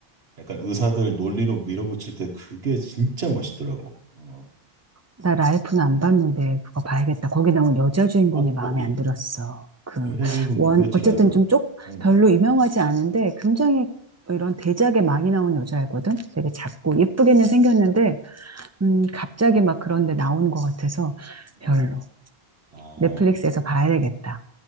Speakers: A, on the right (about 85°); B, on the right (about 20°).
A: 약간 의사들 논리로 밀어붙일 때 그게 진짜 멋있더라고 어,
B: 나 라이프는 안 봤는데 그거 봐야겠다. 거기 나온 여자 주인공이
A: 꼭 보길
B: 마음에 안 들었어. 그
A: 여자 주인공
B: 원,
A: 누구였지
B: 어쨌든
A: 라이프
B: 좀 쪽,
A: 응.
B: 별로 유명하지 않은데 굉장히 뭐 이런 대작에 많이 나온 여자애거든. 되게 작고
A: 어,
B: 예쁘게는 생겼는데 음, 갑자기 막 그런데 나오는 것 같아서
A: 어.
B: 별로.
A: 아
B: 넷플릭스에서
A: 그렇구나
B: 봐야 되겠다.